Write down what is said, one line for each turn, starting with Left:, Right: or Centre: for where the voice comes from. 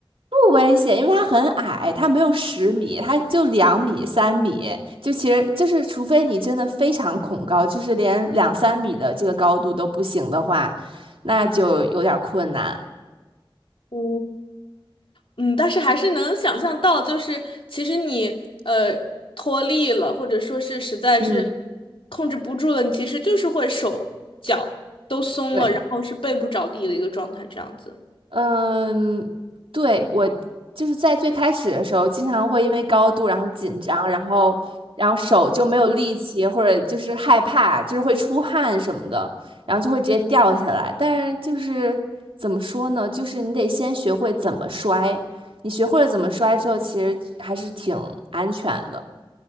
Right: 不危险，因为它很矮，它没有十米，它就两米、三米，就其实就是，除非你真的非常恐高，就是连两三米的这个高度都不行的话，那就有点儿困难。
Left: 哦嗯，但是还是能想象到，就是其实你呃脱力了，或者说是实在是
Right: 嗯，
Left: 控制不住了，你其实就是会手脚都松了，
Right: 对。
Left: 然后是背部着地的一个状态，这样子。
Right: 嗯，对，我就是在最开始的时候，经常会因为高度然后紧张，然后然后手就没有力气，或者就是害怕，就是会出汗什么的，然后就会直接掉下来。但是就是怎么说呢，就是你得先学会怎么摔，你学会了怎么摔之后，其实还是挺安全的。